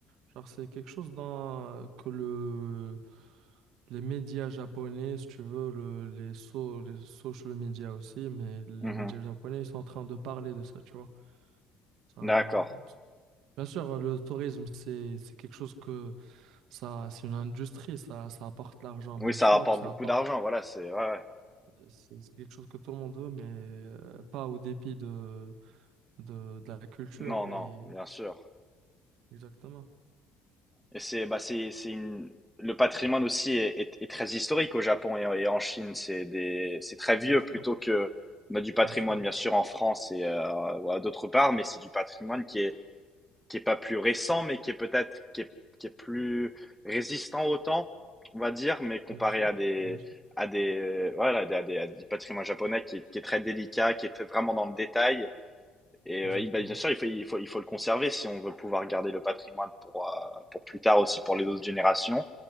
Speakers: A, on the right; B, in the centre.
A: Genre, c'est quelque chose dans... que le... les médias japonais, si tu veux, le... les, so... les social media aussi, mais les
B: Mhm.
A: médias japonais, ils sont en train de parler de ça, tu vois. Ça...
B: D'accord.
A: Bien sûr, le tourisme, c'est c'est quelque chose que ça, c'est une industrie, ça, ça apporte l'argent,
B: Oui,
A: bien
B: ça
A: sûr,
B: rapporte
A: ça
B: beaucoup
A: apporte,
B: d'argent, voilà, c'est... Ouais, ouais.
A: euh, c'est c'est quelque chose que tout le monde veut, mais euh, pas au dépit de, de, de la culture
B: Non, non,
A: et
B: bien sûr.
A: exactement.
B: Et c'est... Bah, c'est, c'est une... Le patrimoine aussi est, est- est très historique au Japon et, en et en Chine. C'est des, c'est très
A: Bien
B: vieux
A: sûr,
B: plutôt que... On a du patrimoine,
A: bien sûr,
B: bien sûr, en France et euh, voilà, d'autre part, mais c'est du patrimoine qui est qui est pas plus récent, mais qui est peut-être qui est, qui est plus résistant au temps, on va dire, mais comparé
A: bien sûr,
B: à des
A: bien sûr,
B: à des voilà à des, à des, à du patrimoine japonais qui est, qui est très délicat, qui est très vraiment dans le détail. Et
A: exactement,
B: euh, il- bah, bien sûr, il faut, il faut il faut le conserver si on veut pouvoir garder le patrimoine pour euh, pour plus tard aussi pour les autres générations.